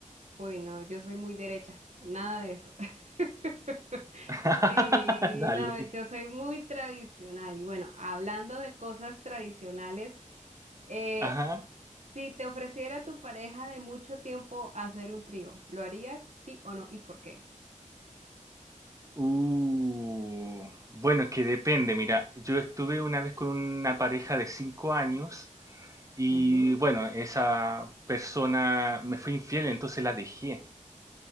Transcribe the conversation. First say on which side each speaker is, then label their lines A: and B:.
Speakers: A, on the right; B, on the right.
A: Uy, no, yo soy muy derecha, nada de eso. <laughs>
B: <laughs>
A: Sí,
B: Dale.
A: no, yo soy muy tradicional y bueno, hablando de cosas tradicionales, eh,
B: Ajá.
A: si te ofreciera tu pareja de mucho tiempo hacer un trío, ¿lo harías? ¿Sí o no? ¿Y por qué?
B: Uh, bueno, es que depende. Mira, yo estuve una vez con una pareja de cinco años Y
A: Ujú.
B: bueno, esa persona me fue infiel, entonces la dejé.